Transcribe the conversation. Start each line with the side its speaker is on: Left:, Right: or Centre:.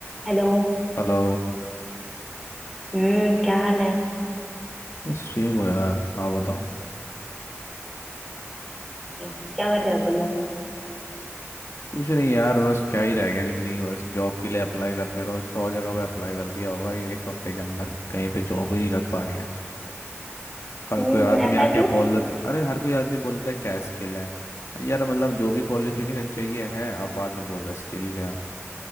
Centre: Hello
Left: हेलो
Centre: हम्म क्या हाल है
Left: बस ठीक हो यार आप बताओ
Centre: क्या कर रहे हो तुम वैसे
Left: कुछ नहीं यार बस क्या ही रह गया ज़िंदगी बस जॉब के लिए अप्लाई करते रहो सौ जगह पे अप्लाई कर दिया होगा ये एक हफ्ते के अंदर कहीं पे जॉब ही नहीं लग पा रही है हर
Centre: हम्म
Left: कोई आदमी
Centre: ऐसा
Left: आके
Centre: क्यों
Left: बोल देता अरे हर कोई आदमी बोल देता है क्या स्किल है यार मतलब जो भी क्वालिफिकेशन चाहिए है आप बाद में बोल रहे स्किल क्या